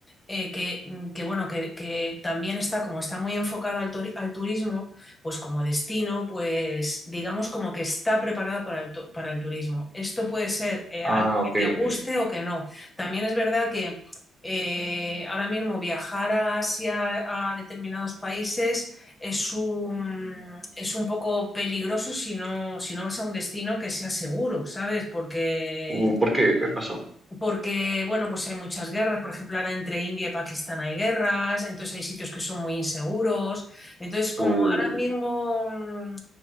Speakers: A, on the left (about 15°); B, on the right (about 25°).
A: eh, que, mm, que, bueno, que, que también está, como está muy enfocado al, turi- al turismo, pues como destino, pues digamos como que está preparado para el, tu- para el turismo. Esto puede ser eh,
B: Ah,
A: algo que
B: ok,
A: te
B: ok.
A: guste o que no. También es verdad que eh, ahora mismo viajar a Asia, a determinados países, es un, es un poco peligroso si no, si no vas a un destino que sea seguro, ¿sabes? Porque,
B: Uh, ¿por qué? ¿Qué pasó?
A: porque, bueno, pues hay muchas guerras, por ejemplo, ahora entre India y Pakistán hay guerras, entonces hay sitios que son muy inseguros, entonces como
B: Uy,
A: ahora mismo, mm,